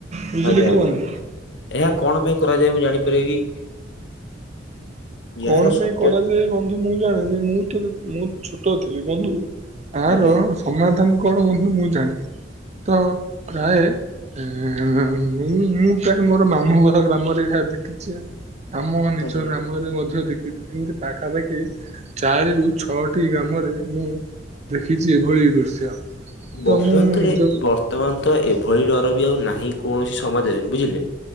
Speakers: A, on the right (about 35°); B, on the left (about 70°).
A: ବୁଝିଲେ
B: ଆଜ୍ଞା
A: କି
B: ଆଜ୍ଞା।
A: ବନ୍ଧୁ।
B: ଏହା କଣ ପାଇଁ କରାଯାଏ ମୁଁ ଜାଣିପାରିବି କି?
A: କଣ
B: ଏହାର
A: ପାଇଁ
B: ସତ୍ୟ
A: କରାଯାଏ ବନ୍ଧୁ ମୁଁ ଜାଣିନି। ମୁଁ ତ ମୁଁ ଛୋଟ ଥିଲି ବନ୍ଧୁ ଆର
B: ଆଜ୍ଞା
A: ସମାଧାନ କଣ ବନ୍ଧୁ ମୁଁ ଜାଣିନି। ତ ପ୍ରାୟେ, ଏଁ ମୁଁ ମୁଁ ପ୍ରାୟ ମୋର ମାମୁଁ ଘରେ ତାଙ୍କ ଗ୍ରାମରେ ଏହା ଦେଖିଚି। ଆମ ନିଜ
B: ଆଜ୍ଞା
A: ଗ୍ରାମରେ ମଧ୍ୟ <unintelligible> ଦେଖିଚି। ଏମତି ପାଖାପାଖି ଚାରିରୁ ଛଅଟି ଗ୍ରାମରେ ମୁଁ ଦେଖି ଚି ଏଭଳି ଦୃଶ୍ୟ।
B: ବର୍ତ୍ତମାନ
A: ମୁଁ ମୋ
B: ତ
A: ନିଜକୁ
B: ଏ ବର୍ତ୍ତମାନ ତ ଏଭଳି ଡର ବି ଆଉ ନାହିଁ କୌଣସି ସମାଜରେ। ବୁଝିଲେ?